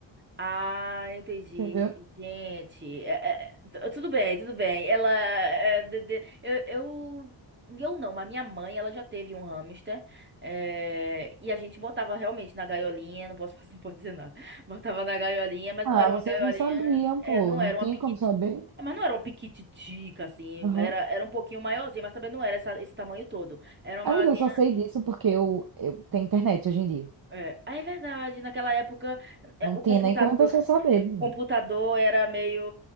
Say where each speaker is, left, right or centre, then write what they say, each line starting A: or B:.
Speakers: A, on the right; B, on the right.
A: Ah, entendi.
B: entendeu?
A: Gente, é- é- tu- tudo bem, tudo bem. Ela, é, de- de- eu, eu, eu não, mas minha mãe, ela já teve um hamster, é, e a gente botava realmente na gaiolinha, não posso, <laughs> não pode dizer nada. Botava na gaiolinha, mas
B: Ah,
A: não era uma
B: vocês
A: gaiolinha,
B: não sabiam,
A: é,
B: pô.
A: não
B: Não
A: era uma
B: tem
A: piquiti,
B: como saber.
A: é, mas não era uma piquititica assim,
B: Aham.
A: era, era um pouquinho maiorzinha, mas também não era essa- esse tamanho todo. Era uma
B: Amiga,
A: maiorzinha.
B: eu só sei disso porque eu, eu tenho internet hoje em dia.
A: É, ah, é verdade. Naquela época, é,
B: Não
A: o
B: tinha
A: computador
B: nem como a pessoa saber, né?
A: O computador era meio